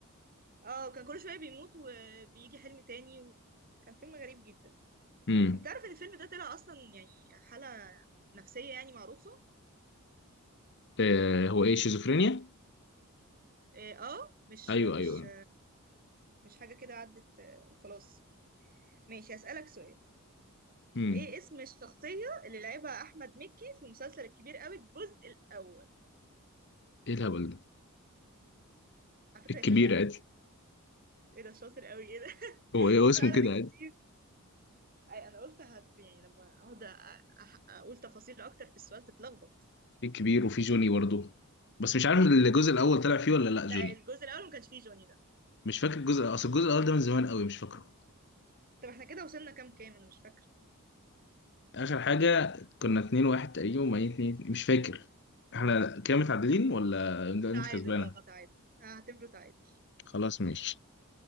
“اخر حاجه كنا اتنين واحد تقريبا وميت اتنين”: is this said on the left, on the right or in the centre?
Left